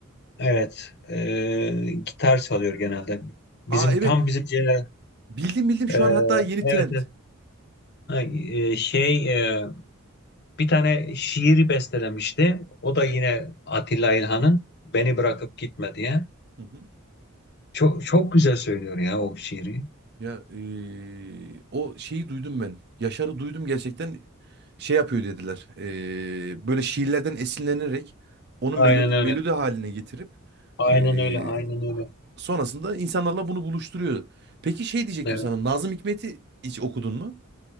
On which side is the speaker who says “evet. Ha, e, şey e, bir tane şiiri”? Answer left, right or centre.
Left